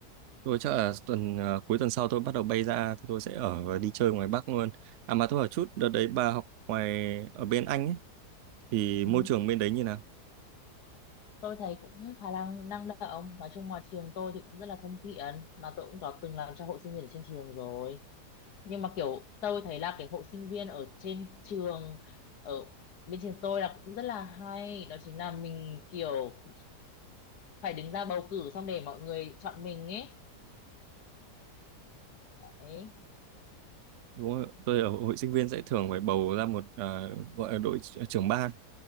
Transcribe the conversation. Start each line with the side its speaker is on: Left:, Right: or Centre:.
Right: Tôi chắc là tuần à, cuối tuần sau tôi bắt đầu bay ra thì tôi sẽ ở và đi chơi ngoài Bắc luôn. À mà tôi hỏi chút, đợt đấy bà học ngoài ở bên Anh ấy thì
Left: ừ.
Right: môi trường bên đấy như nào?
Left: tôi thấy cũng khá là năng động nói chung là trường tôi thì cũng rất là thân thiện mà tôi cũng có từng làm cho hội sinh viên ở trên trường rồi nhưng mà kiểu tôi thấy là cái hội sinh viên ở trên trường ở bên trường tôi là cũng rất là hay đó chính là mình kiểu phải đứng ra bầu cử xong để mọi người chọn mình ấy đấy
Right: Đúng không? Tôi ở hội sinh viên sẽ thường phải bầu ra một à, gọi là đội tr- trưởng ban